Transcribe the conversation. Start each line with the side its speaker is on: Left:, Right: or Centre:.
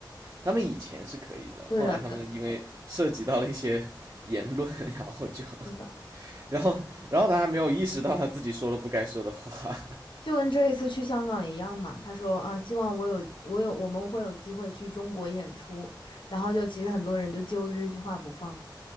Right: 他们以前是可以的，
Left: 对的，
Right: 后来他们因为涉及到了一些言论，
Left: 跟
Right: 然后就，
Left: 是的，
Right: 然后然后他还没有意识到他自己说了不该说的话，
Left: 就跟这一次去香港一样嘛。他说啊，希望我有我有我们会有机会去中国演出，然后就其实很多人就揪着这句话不放。